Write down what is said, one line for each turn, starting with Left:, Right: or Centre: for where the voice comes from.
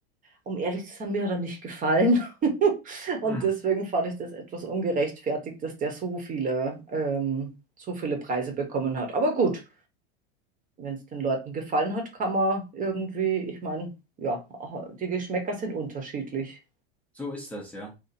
Right: um ehrlich zu sein, mir hat er nicht gefallen. <laughs> Und
Centre: Mhm.
Right: deswegen fand ich das etwas ungerechtfertigt, dass der so viele, ähm, so viele Preise bekommen hat. Aber gut, wenn es den Leuten gefallen hat, kann man irgendwie, ich meine, ja, die Geschmäcker sind unterschiedlich.
Centre: So ist das, ja.